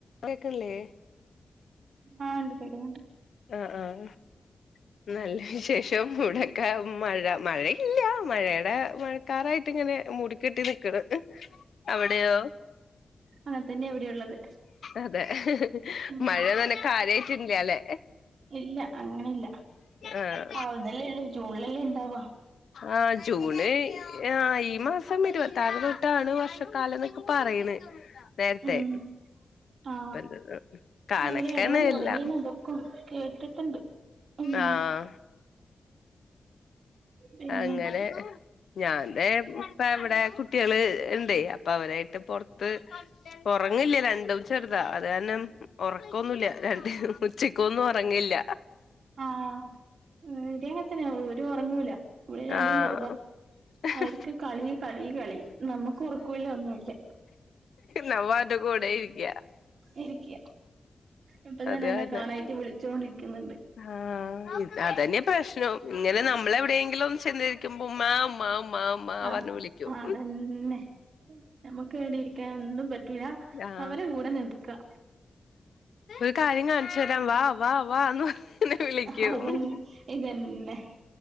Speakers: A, on the left; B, on the right.
A: കേക്കില്ലേ
B: ആഹ് ഉണ്ട് കേക്ക്ണ്ട്
A: ആ ആഹ് നല്ല വിശേഷം ഇവ്ടൊക്കെ മഴ മഴ യില്ല മഴയുടെ മഴ ക്കാറായിട്ടിങ്ങനെ മൂടിക്കെട്ടി നിക്കണ് അവിടെയോ
B: അങ്ങൻ തന്നെയാ ഇവിടെള്ളത്
A: അതെ
B: ഉം
A: മഴ <unintelligible> കാര്യായിട്ടില്ല ലേ
B: ഇല്ല അങ്ങനെയില്ല
A: ആഹ്
B: ആവുന്നല്ലേ ഉള്ളൂ ജൂണിലല്ലേ ഉണ്ടാവാ
A: ആഹ് ജൂണ് ആ ഈ മാസം ഇരുപത്താറ് തൊ ട്ടാണ് വർഷക്കാലം എന്നൊക്കെ പറയണ് നേരത്തെ
B: ഉം ആ
A: പ്പൊന്ത കണക്കന്നെ
B: അതുപോലെ എടവം തുടങ്ങിന്ന്
A: എല്ലാം
B: അതൊക്കെ കേട്ടിട്ടുണ്ട് ഉം
A: ആഹ്
B: പിന്നെ
A: അങ്ങനെ ഞാൻ തേ അപ്പ ഇവിടെ കുട്ടികള് ഉണ്ട് അപ്പൊ അവരായിട്ട് പൊറത്ത് ഒറങ്ങല്ല രണ്ടും ചെറുതാ അത് കാരണം ഒറക്കൊന്നുല്ല രണ്ടും ഉച്ചക്കൊന്നും ഉറങ്ങില്ല
B: ആഹ് ഇവിടിം അങ്ങൻത്തന്നെയാ ഒരു ഒറങ്ങൂല ഇവിടെ രണ്ടും
A: ആഹ്
B: ചെറുതാ
A: <unintelligible>
B: അവർക്ക് കളി കളി കളി നമുക്ക് ഒറക്കോല്ല ഒന്നുല്ല
A: നമ്മ അവര്ടെ കൂടെ ഇരിക്ക
B: ഇരിക്ക ഇപ്പൊ തന്നെ
A: അത്
B: എന്നെ
A: കാരണം
B: കാണായിട്ട് വിളിചോണ്ടിരിക്കുന്നുണ്ട്
A: ആഹ് ഇത് അതന്നെ പ്രശ്നം ഇങ്ങനെ നമ്മള് എവിടെയെങ്കിലും ഒന്ന് ചെന്ന് ഇ ക്കുമ്പോ ഉമ്മാ ഉമ്മാ ഉമ്മാ ഉമ്മാ
B: ആഹ്
A: പറഞ്ഞ് വിളിക്കും
B: ആഹ് അതന്നെ നമുക്ക് എവിടെയിരിക്കാനും ഒന്നും പറ്റൂല്ല
A: ആഹ്
B: അവരെ കൂടെ നിൽക്ക
A: ഒരു കാര്യം കാണിച്ചു തരാം വാ വാ വാന്ന് പറഞ്ഞ് വിളിക്കും
B: അത് തൻ ഇത് തന്നെ